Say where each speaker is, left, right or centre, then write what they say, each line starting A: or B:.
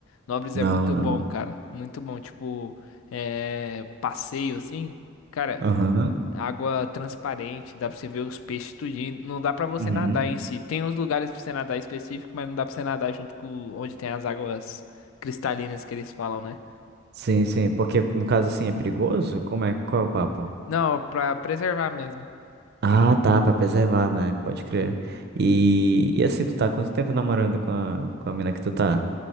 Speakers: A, on the left (about 80°); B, on the right (about 50°).
A: Nobres
B: Não,
A: é muito
B: não.
A: bom, cara. Muito bom. Tipo, é, passeio assim. Cara,
B: Aham.
A: água transparente, dá pra você ver os peixes tudinho. Não dá pra você
B: Uhum.
A: nadar em si. Tem uns lugares pra você nadar específico, mas não dá pra você nadar junto com onde tem as águas cristalinas que eles falam, né?
B: Sim, sim. Porque no caso, assim, é perigoso? Como é? Qual é o papo?
A: Não, pra preservar mesmo.
B: Ah, tá, pra preservar, né? Pode crer. E, e assim, tu tá há quanto tempo namorando com a, com a mina que tu tá?